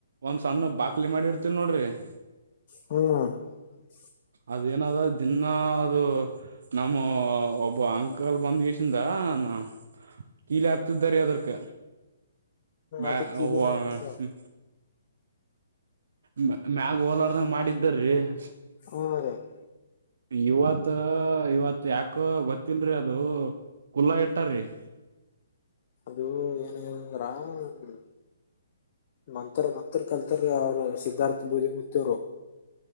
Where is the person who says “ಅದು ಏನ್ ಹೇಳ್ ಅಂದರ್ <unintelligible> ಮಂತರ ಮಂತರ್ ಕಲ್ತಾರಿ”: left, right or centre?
Left